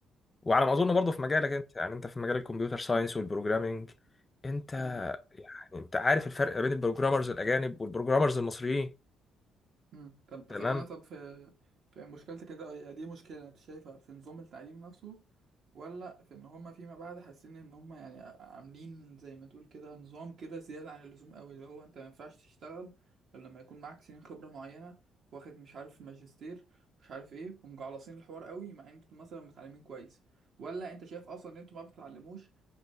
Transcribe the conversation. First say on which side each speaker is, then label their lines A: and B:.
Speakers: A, on the left; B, on the right.
A: وعلى ما اظن برضه في مجالك انت يعني انت في مجال الكمبيوتر ساينس والبروجرامينج انت
B: مم.
A: يعني انت عارف الفرق بين البروجرامرز الاجانب والبروجرامرز المصريين
B: مم. طب
A: تمام
B: خلينا طب في في مشكلتك كده دي مشكلة انت شايفها في نظام التعليم نفسه ولا في ان هما فيما بعد حاسين ان هما يعني عاملين زي ما تقول كده نظام كده زيادة عن اللزوم قوي اللي هو انت ما ينفعش تشتغل غير لما يكون معاك سنين خبرة معينة واخد مش عارف ماجستير مش عارف ايه ومجعلصين الحوار قوي مع ان انتوا مثلا متعلمين كويس ولا انت شايف اصلا ان انتوا ما بتتعلموش